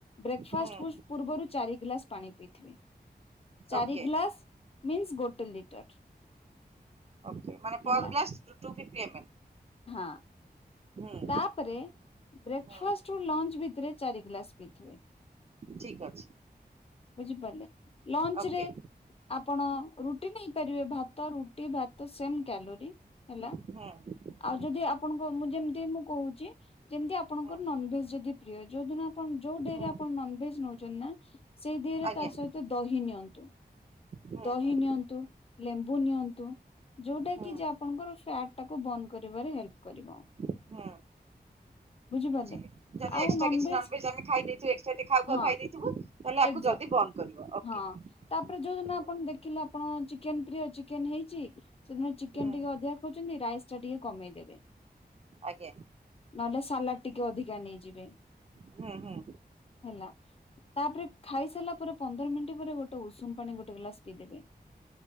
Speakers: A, on the left; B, on the right.
A: ବ୍ରେକ୍ଫାଷ୍ଟ
B: ହୁଁ
A: ପୁ ପୂର୍ବରୁ ଚାରି ଗ୍ଲାସ ପାଣି ପିଇଥିବେ। ଚାରି
B: ଓକେ
A: ଗ୍ଲାସ୍ ମିନ୍ସ ଗୋଟେ ଲିଟର।
B: ଓକେ ମାନେ
A: ହେଲା
B: ପର glass two fifty M L?
A: ହଁ।
B: ହୁଁ।
A: ତାପରେ ବ୍ରେକଫାଷ୍ଟ
B: ହୁଁ
A: ରୁ ଲଞ୍ଚ ଭିତରେ ଚାରି ଗିଲାସ ପିଇଥିବେ।
B: ଠିକ ଅଛି।
A: ବୁଝିପାରିଲେ। ଲଞ୍ଚ
B: ଓକେ
A: ରେ ଆପଣ ରୁଟି ନେଇପାରିବେ। ଭାତ ରୁଟି ଭାତ ସେମ କ୍ୟାଲୋରି। ହେଲା।
B: ହୁଁ ହୁଁ
A: ଆଉ ଯଦି ଆପଣଙ୍କ ମୁଁ ଯେମିତି ମୁଁ କହୁଚି ଯେମିତି ଆପଣଙ୍କର
B: ହୁଁ
A: ନନଭେଜ ଯଦି ପ୍ରିୟ, ଯୋଉ ଦିନ ଆପଣ ଯୋଉ ଡେରେ
B: ହୁଁ
A: ଆପଣ ନନଭେଜ ନେଉଚନ୍ତି ନା ସେଇ ଦେହରେ
B: ଆଜ୍ଞା
A: ତା ସହିତ ଦହି ନିଅନ୍ତୁ
B: ହୁଁ
A: ଦହି
B: ହୁଁ
A: ନିଅନ୍ତୁ। ଲେମ୍ବୁ ନିଅନ୍ତୁ। ଯୋଉଟା
B: ହୁଁ
A: କି ଯେ ଆପଣଙ୍କର ଫ୍ୟାଟ ଟାକୁ ବନ୍ଦ କରିବାରେ ହେଲ୍ପ କରିବ।
B: ହୁଁ।
A: ବୁଝିପାରିଲେ?
B: ବୁଝିଲି ଯଦି
A: ଆଉ
B: ଏକ୍ସଟ୍ରା
A: ନନଭେଜ
B: କିଛି ନନଭେଜ୍ ଆମେ ଖାଇ ଦେଇଥୁ ଏକ୍ସଟରା ଖାଉ ଖାଉ
A: ହଁ
B: ଖାଇ ଦେଇଥିବୁ ତାହଲେ ଆକୁ
A: ଏକ୍ଜାକ୍ଟଲି
B: ଜଲ୍ଦି ବର୍ନ କରିବ ଓକେ।
A: ହଁ ତାପରେ ଯୋଉଦିନ
B: ହୁଁ
A: ଆପଣ ଦେଖିଲେ ଆପଣ ଚିକେନ ପ୍ରିୟ ଚିକେନ ହେଇଚି ସେଦିନ ଚିକେନ
B: ହୁଁ
A: ଟିକେ ଅଧିକା ଖାଉଚନ୍ତି, ରାଇସ ଟା ଟିକେ କମେଇଦେବେ।
B: ଆଜ୍ଞା।
A: ନହେଲେ ସାଲାଡ ଟିକେ ଅଧିକା ନେଇଯିବେ।
B: ହୁଁ ହୁଁ।
A: ହେଲା। ତାପରେ ଖାଇସାରିଲା ପରେ ପନ୍ଦର ମିନିଟ ପରେ ଗୋଟେ ଉଷୁମ ପାଣି ଗୋଟେ ଗ୍ଲାସ ପିଇଦେବେ।